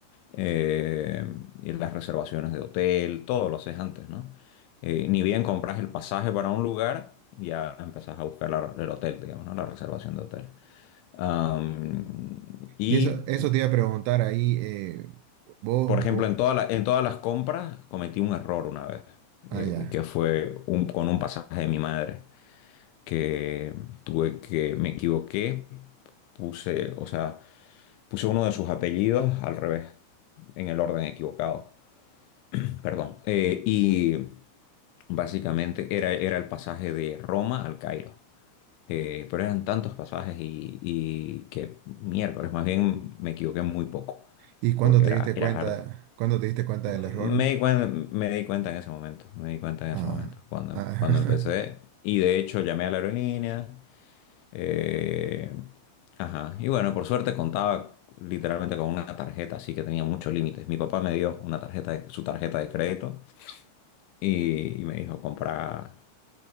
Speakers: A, on the left (about 80°); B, on the right (about 85°).
A: Eh, y las reservaciones de hotel, todo lo haces antes, ¿no? Eh, ni bien compras el pasaje para un lugar, ya empezás a buscar la- el hotel, digamos, ¿no? La reservación de hotel. Am, y
B: Y eso, eso te iba a preguntar ahí, eh, vos,
A: por ejemplo,
B: vos,
A: en toda la- en todas las compras cometí un error una vez,
B: ah,
A: eh,
B: ya.
A: que fue un- con un pasaje de mi madre, que tuve que, me equivoqué, puse, o sea, puse uno de sus apellidos al revés, en el orden equivocado, <clears throat> perdón. Eh, y básicamente era, era el pasaje de Roma al Cairo. Eh, pero eran tantos pasajes y, y que miércoles, más bien me equivoqué muy poco,
B: ¿Y cuándo
A: porque
B: te
A: era,
B: diste
A: era
B: cuenta,
A: arduo.
B: cuándo te diste cuenta
A: Me
B: del error?
A: di cuenta, me di cuenta en ese momento, me di cuenta en
B: Ah,
A: ese momento, cuando,
B: ah,
A: cuando
B: <laughs>
A: empecé. Y de hecho llamé a la aerolínea. eh, ajá. Y bueno, por suerte contaba literalmente con una tarjeta, así que tenía muchos límites. Mi papá me dio una tarjeta de- su tarjeta de crédito y, y me dijo comprar,